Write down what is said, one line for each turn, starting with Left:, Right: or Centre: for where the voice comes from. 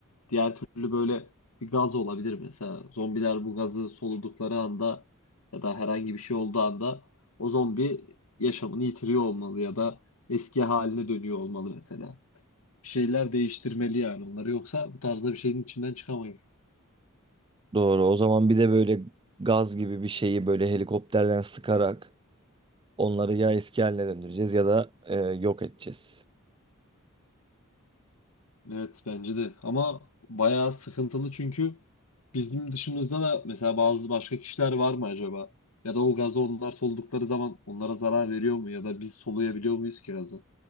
Left: diğer türlü böyle bir gaz olabilir mesela. Zombiler bu gazı soludukları anda ya da herhangi bir şey olduğu anda o zombi yaşamını yitiriyor olmalı ya da eski haline dönüyor olmalı mesela. şeyler değiştirmeli yani onları. Yoksa bu tarzda bir şeyin içinden çıkamayız.
Right: Doğru. O zaman bir de böyle gaz gibi bir şeyi böyle helikopterden sıkarak onları ya eski haline döndüreceğiz ya da e, yok edeceğiz.
Left: Evet bence de. Ama bayağı sıkıntılı çünkü bizim dışımızda da mesela bazı başka kişiler var mı acaba? Ya da o gazı onlar soldukları zaman onlara zarar veriyor mu? Ya da biz soluyabiliyor muyuz ki gazı?